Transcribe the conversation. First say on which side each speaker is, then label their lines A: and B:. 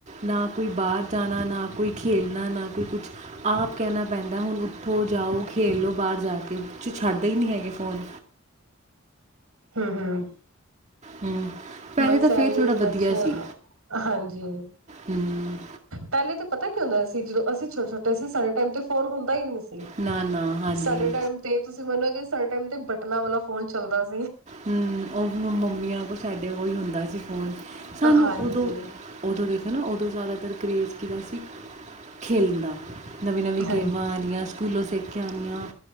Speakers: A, on the right; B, on the right.
A: ਨਾ ਕੋਈ ਬਾਹਰ ਜਾਣਾ ਨਾ ਕੋਈ ਖੇਲਣਾ ਨਾ, ਕੋਈ ਕੁਛ ਆਪ ਕਹਿਣਾ ਪੈਂਦਾ, ਹੁਣ ਉਠੋ, ਜਾਓ, ਖੇਲ ਲਓ ਬਾਹਰ ਜਾ ਕੇ ਛੱਡ। ਹੀ ਨਹੀ ਹੈਗੇ ਫੋਨ।
B: ਹਮ ਹਮ।
A: ਹਮ, ਪਹਿਲੇ
B: ਬਸ
A: ਤਾਂ
B: ਇਹੀ
A: ਫੇਰ ਥੋੜਾ ਵਧੀਆ
B: ਬੱਚਾ
A: ਸੀ,
B: ਹਾਂਜੀ
A: ਹਮ।
B: ਪਹਿਲੇ ਤੇ ਪਤਾ ਕੀਉ ਹੁੰਦਾ ਸੀ ਜਦੋਂ ਅਸੀਂ ਛੋਟੇ-ਛੋਟੇ ਸੀ, ਸਾਡੇ ਟਾਈਮ ਤੇ ਫੋਨ ਹੁੰਦਾ ਹੀ ਨਹੀਂ ਸੀ।
A: ਨਾ-ਨਾ, ਹਾਂਜੀ।
B: ਸਾਡੇ ਟਾਈਮ ਤੇ, ਇਹ ਤੁਸੀਂ ਮੰਨੋਗੇ ਸਾਡੇ ਟਾਈਮਤੇ ਬਟਨਾਂ ਵਾਲਾ ਫੋਨ ਚੱਲਦਾ ਸੀ।
A: ਹਮ, ਉਹ ਮੰਮੀਆਂ ਕੋ ਸਾਡੇ ਓਹੀ ਹੁੰਦੇ ਹੁੰਦਾ ਸੀ। ਫੋਨ ਸਾਨੂੰ
B: ਹਾਂਜੀ
A: ਉਦੋਂ-ਉਦੋਂ ਦੇਖੋ ਨਾ, ਉਦੋਂ ਜ਼ਿਆਦਾਤਰ ਕਰੇਜ਼ ਸ਼ੌਂਕ ਸੀ ਖੇਲਣ ਦਾ ਨਵੀਂ ਨਵੀਂ
B: ਹਾਂਜੀ
A: ਗੇਮਾਂ ਆਨੀਆ <unintelligible> ਸੇਕੇ ਆਣੀਆ